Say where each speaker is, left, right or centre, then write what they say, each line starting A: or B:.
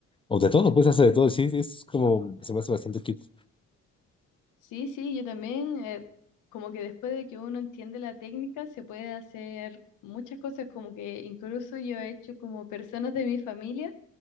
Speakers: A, on the left (about 20°); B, on the left (about 85°).
A: o de todo, pues hace de todo, sí, es como, se me hace bastante cute.
B: Sí, sí, yo también, eh, como que después de que uno entiende la técnica, se puede hacer muchas cosas, como que incluso yo he hecho como personas de mi familia